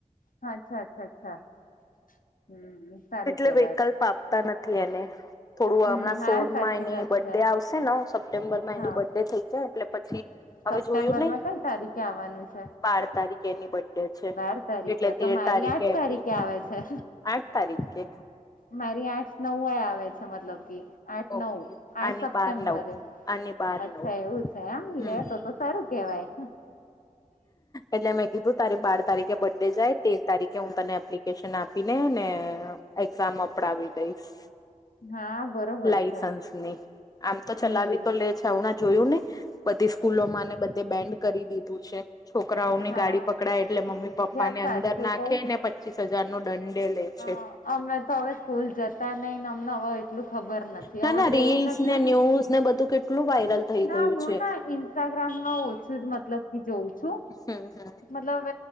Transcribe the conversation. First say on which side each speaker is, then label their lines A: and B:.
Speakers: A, on the left; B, on the left.
A: અચ્છા અચ્છા અચ્છા હમ. સારું
B: એટલે
A: કેવાય
B: વિકલ્પ આપતા નથી એને. થોડું
A: હમ
B: હમણાં
A: હા
B: સોડમાં
A: સાચી
B: એની
A: વાત
B: બર્ડે
A: છે
B: આવશે ને સપ્ટેમ્બરમાં
A: હા
B: એની બર્થ ડે થઈ છે એટલે પછી
A: સપ્ટેમ્બર
B: હવે જોયું નહીં.
A: માં કઈ તારીખે આવવાનું છે
B: બાર તારીખેની બર્થ ડે છે
A: બાર તારીખે
B: એટલે તેર
A: તો મારી
B: તારીખે
A: આઠ
B: એપ્રિલ
A: આવે છે
B: આઠ તારીખકે
A: મારી આઠ નવય આવે છે મતલબ કે આઠ
B: ઓકે
A: નવ આઠ
B: આની
A: સપ્ટેમ્બરે.
B: બાર નવ આની બાર
A: અચ્છા
B: નવ
A: એવું છે આમ
B: હમ
A: લેતો તો સારું કેવાય.
B: એટલે મેં તારી બાર તારીખે બર્ડે જાય તેર તારીખે હું તને એપ્લિકેશન આપી ને ને એક્ઝામ અપડવી દઈશ.
A: હા બરોબર
B: લાઈસન્સ
A: છે
B: ની આમ તો
A: હમ
B: ચલાવી તો લે છે હણા જોયું ને! બધી સ્કૂલોમાંને બધે બેન્ડ કરી દીધું છે. છોકરાઓની
A: હા
B: ગાડી પકડાય એટલે મમ્મી પપ્પાનેં
A: યાર સાચું
B: અંદર નાખે
A: કવ
B: ને પછ પચીસ હજાર નો દંડે લે છે.
A: અ અમે તો હવે સ્કૂલ જતા નઈને અમને હવે એટલું ખબર નથી
B: ના
A: હવે
B: ના
A: તો
B: રીલ્સ
A: એવું છેતું
B: ને ન્યૂઝ ને બધું કે લું વાયરલ થઈ
A: ના
B: ગયું
A: હું
B: છે
A: ના ઇન્સ્ટાગ્રામમાં ઓછું જ મતલબ કે જોઉં છું.
B: હમ હમ
A: મતલબ